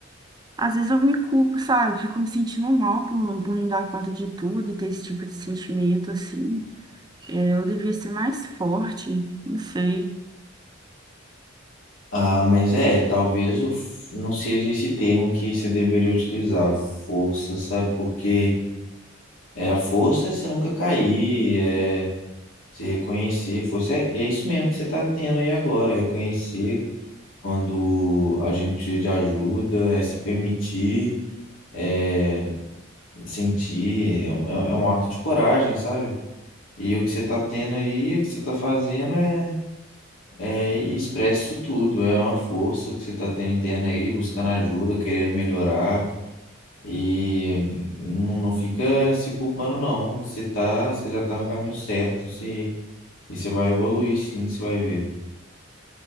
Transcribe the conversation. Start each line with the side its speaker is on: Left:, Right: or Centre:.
Right: às vezes eu me culpo, sabe? Fico me sentindo mal por, por não dar conta de tudo e ter esse tipo de sentimento, assim. É, eu devia ser mais forte, não sei.
Left: Ah, mas é, talvez o, f- não seja esse termo que você deveria utilizar, força, sabe? Porque é a força é você nunca cair, é se reconhecer, força é, é isso mesmo que você está tendo aí agora, reconhecer quando a gente precisa de ajuda, é se permitir, é sentir, é, é é um ato de coragem, sabe? E o que você tá tendo aí, o que você tá fazendo é, é ir expresso isso tudo. É uma força que você tá tendo interna aí, buscando ajuda, querendo melhorar. E não, não fica se culpando, não. Você tá, você já tá no caminho certo. Se, e você vai evoluir, sim, você vai ver.